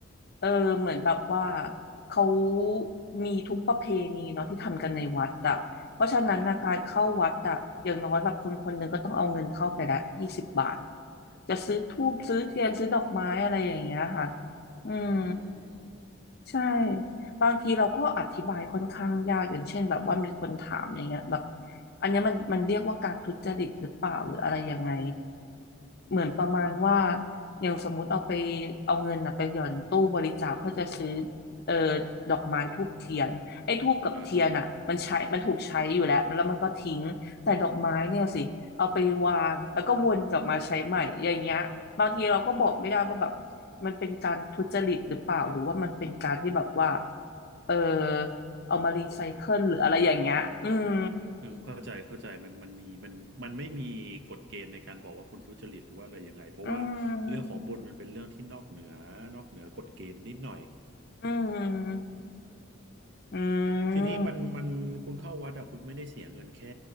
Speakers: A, on the left; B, on the right.
A: เออเหมือนแบบว่าเขามีทุกประเพณีเนาะที่ทำกันในวัดอะเพราะฉะนั้นนะการเข้าวัดอะอย่างน้อยแบบคนคนหนึ่งก็ต้องเอาเงินเข้าไปละยี่สิบบาท
B: อ่า
A: จะซื้อธูปซื้อเทียนซื้อดอกไม้อะไรอย่างเงี้ยค่ะ
B: อ่า
A: อืม
B: อืม
A: ใช่บางทีเราก็อธิบายค่อนข้างยากอย่างเช่นแบบว่ามีคนถามอย่างเงี้ยแบบอันเนี้ยมันมันเรียกว่าการทุจริตหรือเปล่าหรืออะไรยังไงเหมือนประมาณว่าอย่างสมมุติเอาไปเอาเงินนะไปหย่อนตู้บริจาคเพื่อจะซื้อเอ่อดอกไม้ธูปเทียนไอ้ธูปกับเทียนอ่ะมันใช้มันถูกใช้อยู่แล้วแล้วมันก็ทิ้งแต่ดอกไม้เนี่ยสิเอาไปวางแล้วก็วนกลับมาใช้ใหม่อย่างเงี้ย
B: อ่าฮะ
A: บางทีเราก็บอกไม่ได้ว่าแบบมันเป็นการทุจริตหรือเปล่าหรือว่ามันเป็นการที่แบบว่าเออเอามารีไซเคิลหรืออะไรอย่างเงี้ย อืม
B: เออเข้าใจเข้าใจมันมันมีมันมันไม่มีกฎเกณฑ์ในการบอกว่าคุณทุจริตหรือว่าอะไรยังไงเพราะว่าเรื่องของบุญมันเป็นเรื่องที่นอกเหนือนอกเหนือกฎเกณฑ์นิดหน่อย
A: อืม อืม อื
B: ทีนี้มันมันคุณเข้าวัดอ่ะคุณไม่ได้เสียเงินแค่
A: ม